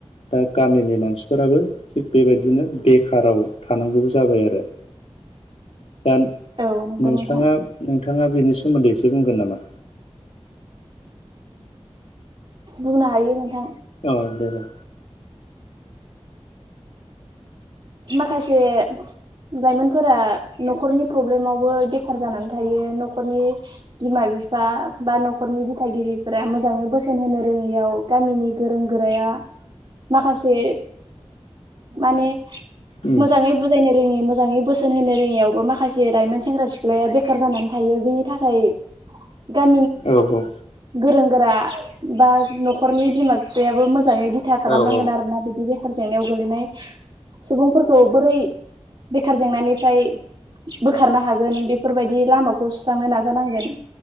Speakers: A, on the left; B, on the right.
A: दा गामिनि मानसिफोराबो थिग बेबायदिनो बेखाराव थानांगौबो जाबाय आरो दा
B: औ नंगौ
A: नोंथाङा
B: नोंथां
A: नोंथाङा बेनि सोमोन्दै एसे बुंगोन नामा?
B: बुंनो हायो नोंथां।
A: औ दे दे।
B: माखासे लाइमोनफोरा न'खरनि प्रब्लेमावबो बेखार जानानै थायो न'खरनि बिमा बि बिा बिफा बा न'खरनि दिथागिरिफोरा मोजाङै बोसोन होनो रोङियाव गामिनि गोरों गोराया माखासे माने
A: उम
B: मोजाङै बुजायनो रोङि मोजाङै बोसोन होनो रोङियावबो माखासे लाइमोन सेंग्रा सिख्लाया बेखार जानानै थायो बेनि थाखाय ग <inaudible>
A: औ औ।
B: गोरों गोरा बा न'खरनि बिमा बिफायाबो मोजाङै दिथा खालामनांगोन
A: औ औ
B: आरोना बिदि बेखार जेंनायाव गोलैनाय सुबुंफोरखौ बोरै बेखार जेंनानिफ्राय बोखारनो हागोन बेफोरबायदि लामाखौ सुस्रांनो नाजानांगोन।